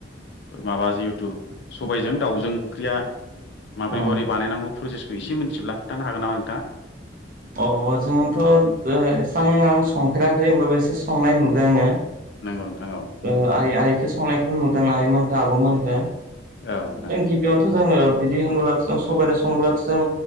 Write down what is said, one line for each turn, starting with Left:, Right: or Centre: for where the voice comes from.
Left: माबा जिहेथु सबायजों दाउजों ओंख्रिया माबोरै
Right: अ
Left: माबोरै बानायनांगौ प्रसेसखौ एसे मिनथिब्ला खोन्थानो हागोन नामा नोंथाङा?
Right: अह जोंथ' एसां आं संफेराखै होमबाबो एसे संनाय नुदो आङो।
Left: नंगौ नोंथां औ
Right: आं आइ-आइखौ संनायखौ नुदों आइमोनखो आब'मोनखो।
Left: औ नोंथां
Right: थें गिबियावथ' जोङो बिदि होनोब्लाथ' जों सबायजों संबोलाथ' जों